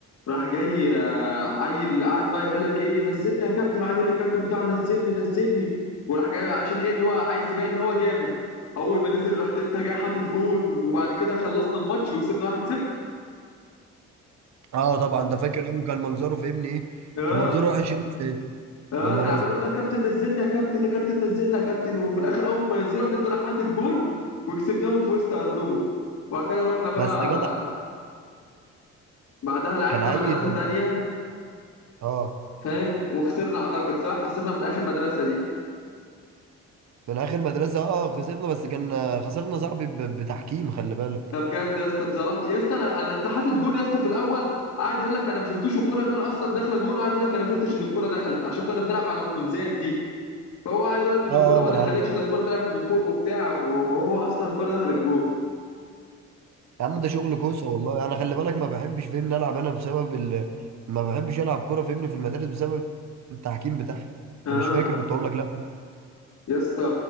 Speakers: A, on the left; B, on the right.
A: راح جاي آه، عيل قاعد بقى يقول لك ايه نزلني يا كابتن قاعد يقول للكابتن بتاعه نزلني نزلني وراح جاي عشان ايه اللي هو عايز يبين ان هو جامد اول ما نزل رحت انت جاي حاطط جون وبعد كده خلصنا الماتش وكسبنا 1-0
B: اه طبعا ده فاكر يوم كان منظره في ابني ايه
A: اه
B: كان منظره وحش يوم سيد
A: اه
B: لما
A: كان عمال
B: نزل
A: يقول له يا كابتن نزلنا يا كابتن يا كابتن نزلنا يا كابتن وفي الاخر اول ما نزلوا راح تبدا راح حاطط جون وكسبناهم في وسط ارضهم وبعد كده رحنا بقى
B: بس يا جدع
A: بعدها لعبنا
B: كان عيل
A: مدرسه تانية
B: اه
A: فاهم وخسرنا اعتقد صح خسرنا من اخر مدرسه دي
B: من اخر مدرسه اه خسرنا بس كان آه، خسرنا صاحبي ب- بتحكيم خلي بالك
A: ده بجد يا اسطى اتظلمت يا اسطى انا أنا- انت حاطط جون يا اسطى في الاول قاعد يقول لك انا ما شفتوش والكره كان اصلا داخله جون قاعد يقول لك انا ما شفتش ان الكره دخلت عشان كنا بنلعب على الكونزات دي فهو قاعد يقول لك ان
B: اه
A: الكره
B: اه ما
A: ما دخلتش
B: انا عارف
A: ده الكره طلعت من فوق وبتاع وهو اصلا الكره دخلت جون
B: يا عم ده شغل كوسه والله انا خلي بالك ما بحبش فهمني العب انا بسبب ال... ما بحبش العب كوره فهمني في المدارس بسبب التحكيم بتاعها انت
A: اه
B: مش فاكر كنت اقول لك لا
A: يا اسطى